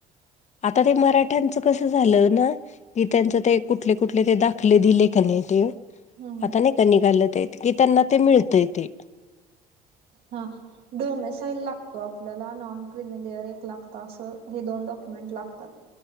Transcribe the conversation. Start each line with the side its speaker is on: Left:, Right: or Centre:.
Left: आता ते मराठ्यांचं कसं झालं ना कि त्यांच ते कुठले- कुठले ते दाखले दिले का नाही ते
Right: हम्म
Left: आता नाही का निघालत येत की त्यांना ते मिळतय तेे.
Right: हा. डोमेसाईल लागतो आपल्याला. नॉन क्रिमिलेयर एक लागत. असं हे दोन डॉक्युमेंट लागतात.